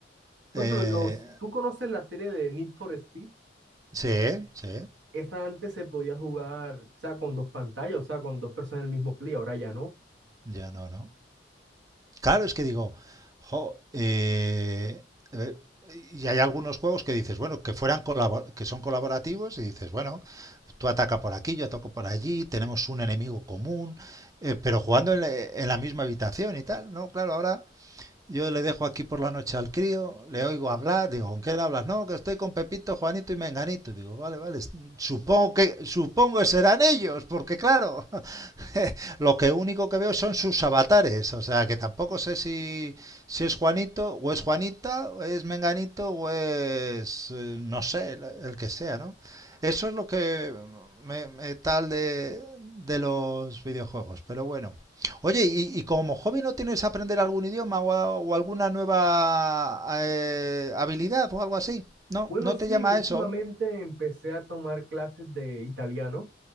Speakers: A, on the right; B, on the right.
A: Por
B: Eh,
A: ejemplo, los, ¿tú conoces la serie de Need for Speed?
B: sí, sí,
A: Esa antes se podía jugar, o sea, con dos pantallas, o sea, con dos personas en el mismo play, ahora ya no.
B: ya no, ¿no? Claro, es que digo, jo, eh, eh, y hay algunos juegos que dices, bueno, que fueran colabor- que son colaborativos y dices, bueno, tú ataca por aquí, yo ataco por allí, tenemos un enemigo común, eh, pero jugando en la, en la misma habitación y tal, ¿no? Claro, ahora yo le dejo aquí por la noche al crío, le oigo hablar, digo, ¿con qué le hablas? No, que estoy con Pepito, Juanito y Menganito. Digo, vale, vale, supongo que, supongo que serán ellos, porque claro, <laughs> lo que único que veo son sus avatares, o sea, que tampoco sé si, si es Juanito, o es Juanita, o es Menganito, o es, eh, no sé, el, el que sea, ¿no? Eso es lo que me, me tal de, de los videojuegos, pero bueno. Oye, y, y como hobby no tienes aprender algún idioma o, a- o alguna nueva eh, habilidad o algo así? No,
A: Bueno,
B: no
A: sí,
B: te llama
A: últimamente
B: a eso.
A: empecé a tomar clases de italiano.